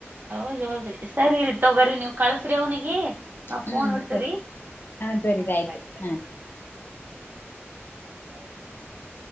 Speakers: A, on the right; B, on the left.
A: ಹೌದ್ ಹೌದ್ರಿ ಸರಿ ರೀ ತೋಗ್ರಿ ನೀವ್ ಕಳ್ಸ್ರಿ ಅವ್ನಿಗೆ ನಾವ್
B: ಹ್ಮ್
A: ಫೋನ್ ಇಡ್ತವ್ರಿ
B: ಸರಿ ಹಾ ಸರಿ
A: ಹ
B: ಆಯ್ತ್
A: ಬಾಯ್ ಬಾಯ್
B: ಹಾ
A: <unintelligible>